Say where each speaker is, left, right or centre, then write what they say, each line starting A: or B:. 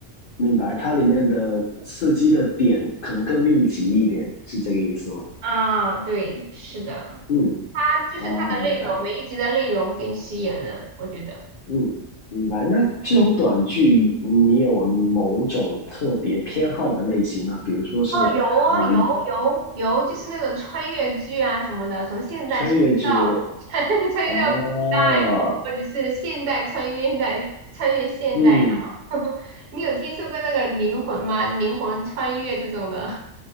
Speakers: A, on the left (about 55°); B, on the right (about 55°).
A: 明白，它里面的刺激的点可能更密集一点，是这个意思吗？
B: 啊，对，是的，
A: 嗯，
B: 它就是它的内容，
A: 啊，明白，
B: 每一集的内容更吸引人，我觉得。
A: 嗯，明白。那这种短剧，你有某种特别偏好的类型吗？比如说是啊、
B: 有啊有有有，
A: 呃
B: 就是那种穿越剧啊什么的，从现代穿越到
A: 穿越剧，
B: <laughs> 穿越到古代，
A: 哦，
B: 或者是现代穿越在穿越现代啊，
A: 嗯
B: 然后 <laughs> 你有听说过那个灵魂吗？灵魂穿越这种的